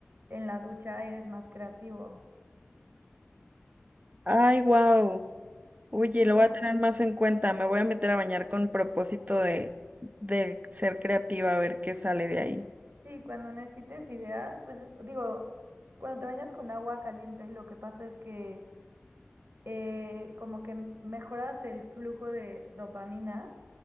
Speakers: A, on the right; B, on the right.
A: en la ducha eres más creativo.
B: Ay, wow. Oye,
A: Sí,
B: lo voy a tener más en cuenta. Me voy a meter a bañar con propósito de, de ser creativa, a ver qué sale de ahí.
A: sí, cuando necesites ideas, pues digo, cuando te bañas con agua caliente, lo que pasa es que eh, como que m- mejoras el flujo de dopamina.